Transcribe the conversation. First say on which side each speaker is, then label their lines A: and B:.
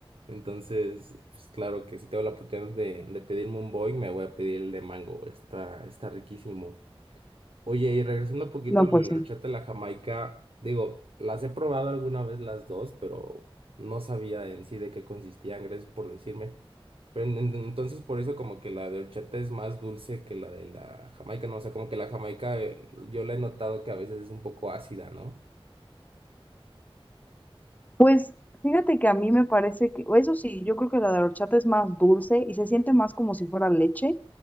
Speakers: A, on the right; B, on the left.
A: Entonces, pues claro que si tengo la oportunidad de, de pedirme un Boing, me voy a pedir el de mango. Está, está riquísimo. Oye, y regresando un poquito
B: No,
A: a lo
B: pues
A: de la
B: sí.
A: horchata y la jamaica, digo, las he probado alguna vez las dos, pero no sabía en sí de qué consistían, gracias por decirme. Pero en- en- entonces por eso como que la de horchata es más dulce que la de la jamaica, ¿no? O sea, como que la jamaica eh, yo la he notado que a veces es un poco ácida, ¿no?
B: Pues fíjate que a mí me parece que, eso sí, yo creo que la de horchata es más dulce y se siente más como si fuera leche,